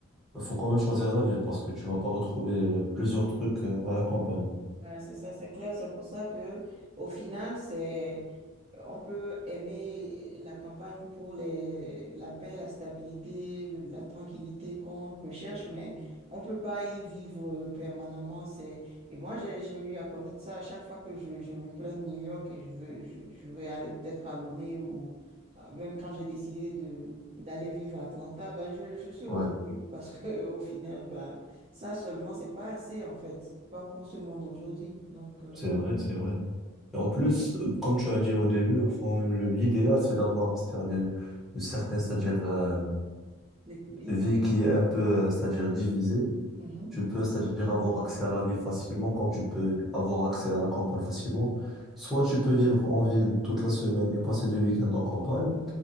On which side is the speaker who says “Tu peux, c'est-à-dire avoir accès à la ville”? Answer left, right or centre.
Centre